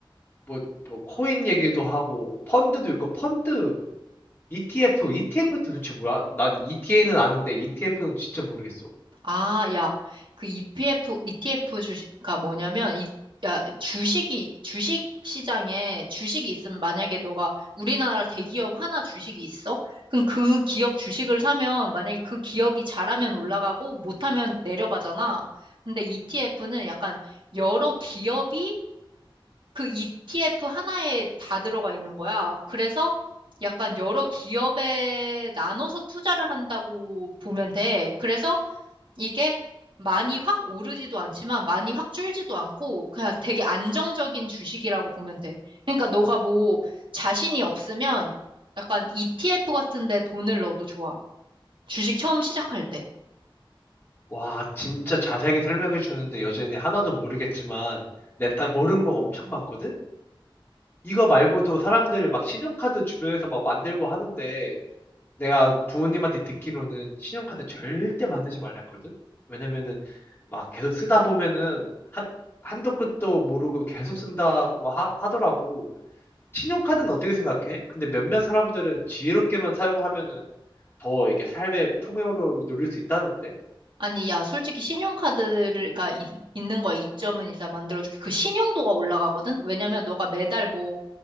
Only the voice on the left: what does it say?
뭐, 뭐, 코인 얘기도 하고, 펀드도 있고, 펀드, ETF, ETF도 도대체 뭐야? 난 ETA는 아는데 ETF는 진짜 모르겠어.
와, 진짜 자세하게 설명해 주는데 여전히 하나도 모르겠지만, 내가 모르는 거 엄청 많거든? 이거 말고도 사람들이 막 신용카드 주변에서 막 만들고 하는데, 내가 부모님한테 듣기로는 신용카드 절대 만들지 말라 했거든? 왜냐면은 막 계속 쓰다 보면은 한, 한도 끝도 모르고 계속 쓴다고 막 하, 하더라고. 신용카드는 어떻게 생각해? 근데 몇몇 사람들은 지혜롭게만 사용하면은 더 이렇게 삶의 풍요로움을 누릴 수 있다는데?